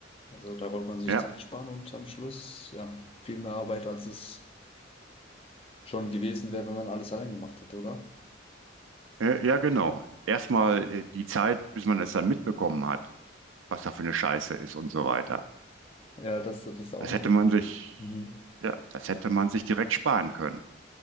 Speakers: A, on the left; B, on the right.
A: Also da wollte man sich
B: Ja,
A: Zeit sparen und am Schluss, ja, viel mehr Arbeit, als es schon gewesen wäre, wenn man alles allein gemacht hätte, oder?
B: äh, ja, genau. Erstmal äh, die Zeit, bis man es dann mitbekommen hat, was da für eine Scheiße ist und so weiter.
A: Ja, das, das ist auch
B: Das
A: noch.
B: hätte man sich,
A: Mhm.
B: ja, das hätte man sich direkt sparen können.